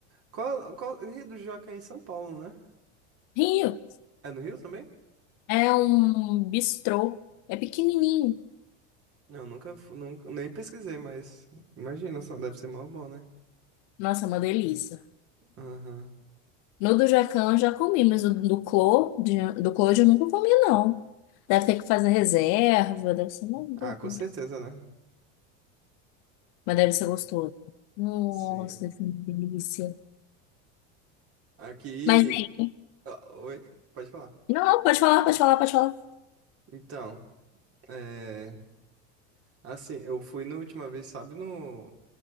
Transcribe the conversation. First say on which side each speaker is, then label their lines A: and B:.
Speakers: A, on the right; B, on the left.
A: Qual, qual, Rio do Jaca é em São Paulo, né?
B: Rio.
A: É no Rio também?
B: É um bistrô. É pequenininho.
A: Não, nunca, fu- nunca, nem pesquisei, mas imagina, só deve ser mó bom, né?
B: Nossa, é uma delícia.
A: Aham.
B: No do Jacan eu já comi, mas o do Clô, de- do Clô eu nunca comi, não. Deve ter que fazer reserva, deve ser uma
A: Ah,
B: doideira.
A: com certeza, né?
B: Mas deve
A: E-
B: ser gostoso. Nossa,
A: Sim.
B: deve ser uma delícia.
A: Aqui.
B: Mas aí.
A: Ah, Oi, pode falar.
B: Não, não, pode falar, pode falar, pode falar.
A: Então, é, assim, eu fui na última vez, sabe, no